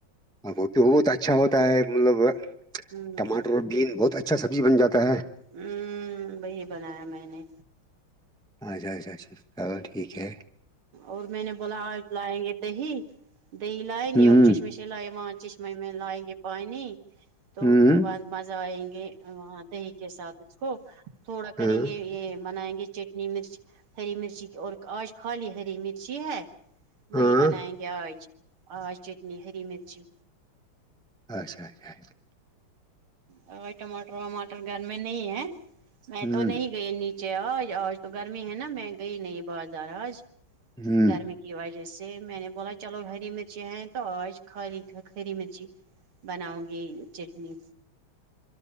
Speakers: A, in the centre; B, on the right.
A: اور وہ پ بہت اچھا ہوتا ہے مطلب
B: ہوں
A: ٹماٹر اور بین بہت اچھا اچھا سبزی بناتا ہے
B: ہوں وہی بنایا میں نے
A: اچھا اچا اچھا چلو ٹھیک ہے
B: اور میں نے بولا آج لائیں گے دہی دہی لائیں
A: ہوں
B: گے اور چشمش ل وہاں چشمہ میں لائیں گے پانی تو
A: ہوں
B: مزہ آئیں گے وہ دہی کے ساتھ اس کو تھوڑا کریں
A: ہاں
B: گے یہ منائیں گے چ ہری مرچ ہری مرچی کی اور آج کھا لی ہری مرچی ہے وہی
A: ہاں
B: بنائیں گے آج آج چٹنی ہری مرچی
A: اچھا اچھاچھا
B: ہاں ا ٹماٹر وماٹر گھر میں نہیں ہے میں
A: ہوں
B: تو نہیں گئی نیچے آج آج تو گرمی ہے نا میں گئی نہیں بازار آج
A: ہوں
B: گرمی کی وجہ سے میں نے بولا چلو ہری مرچی ہیں تو آج کھا لی ہری مرچی بناؤ گی چٹنی